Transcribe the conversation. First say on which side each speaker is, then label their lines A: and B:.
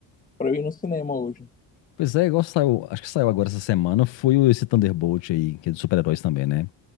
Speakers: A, on the left (about 20°); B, on the left (about 75°).
A: pra eu ir no cinema hoje.
B: Pois é, igual saiu, acho que saiu agora essa semana, foi o- esse Thunderbolt aí, que é de super-heróis também, né?